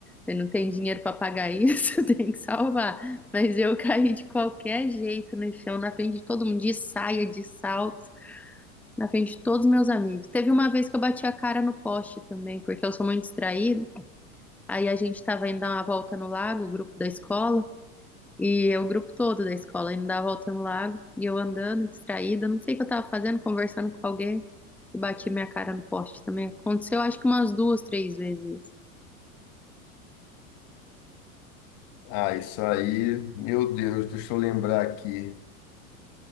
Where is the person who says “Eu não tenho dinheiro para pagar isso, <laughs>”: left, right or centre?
Centre